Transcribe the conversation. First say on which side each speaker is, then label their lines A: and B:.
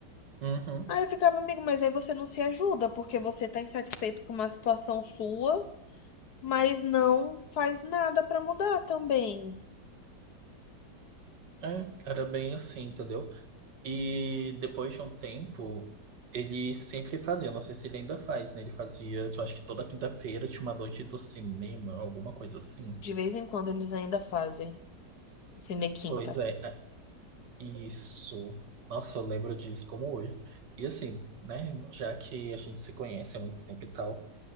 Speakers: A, on the right; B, on the left.
A: Uhum,
B: Aí eu ficava, amigo, mas aí você não se ajuda, porque você tá insatisfeito com uma situação sua, mas não faz nada pra mudar também.
A: é, era bem assim, entendeu? E depois de um tempo, ele sempre fazia, não sei se ele ainda faz, né? Ele fazia, eu acho que toda quinta-feira tinha uma noite do cinema, alguma coisa assim.
B: De vez em quando eles ainda fazem cinequinta.
A: Pois é, é, isso. Nossa, eu lembro disso como hoje. E assim, né? Já que a gente se conhece há muito tempo e tal,